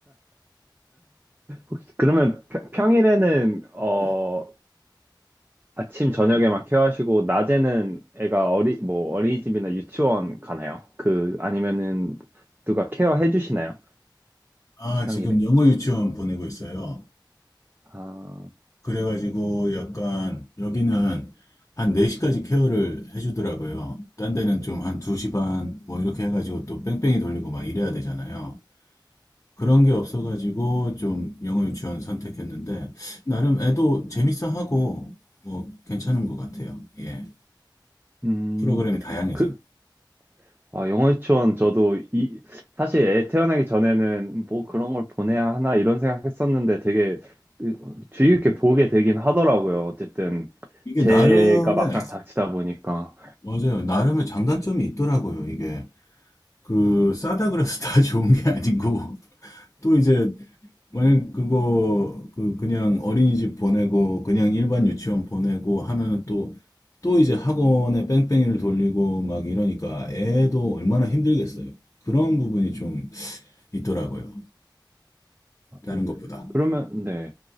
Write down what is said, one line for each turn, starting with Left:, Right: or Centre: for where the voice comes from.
Right: 혹시 그러면 평- 평일에는 어
Left: 네.
Right: 아침 저녁에만 케어하시고 낮에는 애가 어리 뭐 어린이집이나 유치원 가나요? 그 아니면은 누가 케어해 주시나요?
Left: 어, 아,
Right: 평일에?
Left: 지금 영어 유치원 보내고 있어요.
Right: 아,
Left: 그래가지고 약간 여기는 한 4시까지 케어를 해주더라고요. 딴 데는 좀 한 2시 반 뭐 이렇게 해가지고 또 뺑뺑이 돌리고 막 이래야 되잖아요. 그런 게 없어가지고 좀 영어 유치원 선택했는데 나름 애도 재밌어 하고 뭐 괜찮은 것 같아요. 예.
Right: 음,
Left: 프로그램이 다양해서.
Right: 그, 아, 영어 유치원 저도 이, 사실 애 태어나기 전에는 뭐 그런 걸 보내야 하나 이런 생각했었는데 되게 그, 주의 깊게 보게 되긴 하더라고요. 어쨌든
Left: 이게
Right: 제가
Left: 나름의
Right: 막상 닥치다 보니까.
Left: 맞아요. 나름의 장단점이 있더라고요. 이게 그 싸다 그래서 다 <laughs> 좋은 게 아니고 또 이제 만약 그거 그 그냥 어린이집 보내고 그냥 일반 유치원 보내고 하면은 또 또 이제 학원에 뺑뺑이를 돌리고 막 이러니까 애도 얼마나 힘들겠어요. 그런 부분이 좀 있더라고요.
Right: 아,
Left: 다른 것보다.
Right: 그러면, 네.